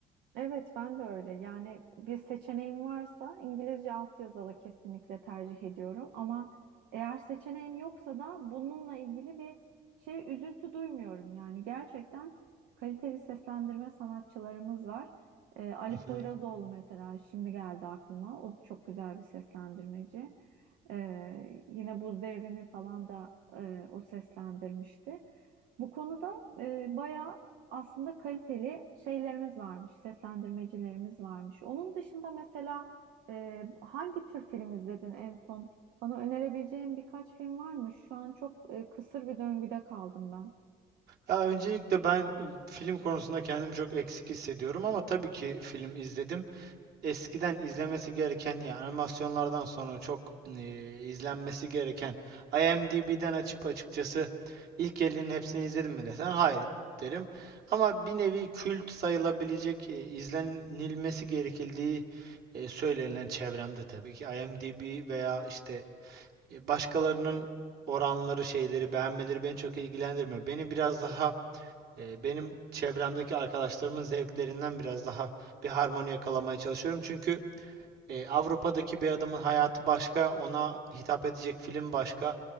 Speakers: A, on the right; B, on the right.
A: Evet, ben de öyle. Yani bir seçeneğim varsa İngilizce altyazılı kesinlikle tercih ediyorum. Ama eğer seçeneğim yoksa da bununla ilgili bir şey üzüntü duymuyorum. Yani gerçekten kaliteli seslendirme sanatçılarımız var. Ee, Ali
B: Hı
A: Poyrazoğlu
B: hı.
A: mesela şimdi geldi aklıma. O çok güzel bir seslendirmeci. Ee, yine Buz Devri'ni falan da e, o seslendirmişti. Bu konuda e, bayağı aslında kaliteli şeylerimiz varmış, seslendirmecilerimiz varmış. Onun dışında mesela e, hangi tür film izledin en son? Bana önerebileceğin birkaç film var mı? Şu an çok e, kısır bir döngüde kaldım ben.
B: Ya öncelikle ben e, film konusunda kendimi çok eksik hissediyorum ama tabii ki film izledim. Eskiden izlemesi gereken ya animasyonlardan sonra çok e, izlenmesi gereken IMDb'den açıp açıkçası ilk 50'nin hepsini izledim mi desen hayır derim. Ama bir nevi kült sayılabilecek e, izlenilmesi gerekildiği e, söylenilen çevremde tabii ki IMDb veya işte E, Başkalarının oranları, şeyleri, beğenmeleri beni çok ilgilendirmiyor. Beni biraz daha e, benim çevremdeki arkadaşlarımın zevklerinden biraz daha bir harmoni yakalamaya çalışıyorum. Çünkü e, Avrupa'daki bir adamın hayatı başka, ona hitap edecek film başka